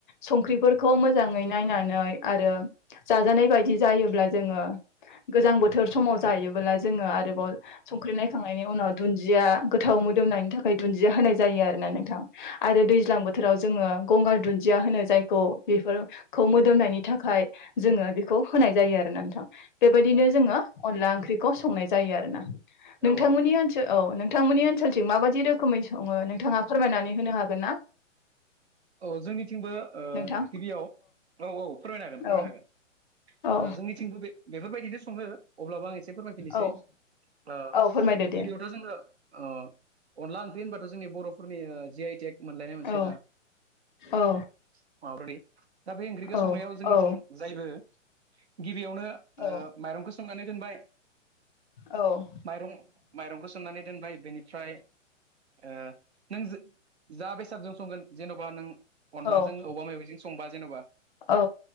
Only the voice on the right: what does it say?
औ
औ औ
औ जोंनिथिंबो ओ
गिबियाव औ औ फोरमायनो हागोन
फोरमायनो हागोन।
ओ जोंनिथिंबो बे बेफोरबायदिनो संङो अब्लाबो आं एस से फोरमायफिनोसै
ओ
गिबियावथ जोंङो ओ अनला ओंख्रि होनबा थो जोंनि बरफोरनि जि आइ टेक मोनलायनाय मोनसे
ना।
<inaudible> दा बे ओंख्रिखौ
संनायाव जोंनिथिं
जायबो गिबियावनो
ओ माइरंखौ सो संनानै दोनबाय।
माइरं माइरंखौ सोमनानै दोनबाय बेनिफ्राय ओ नों जा बेसादजों संगोन जेनबा नों अनलाजों
औवा मेवायजों स संबा जेनबा।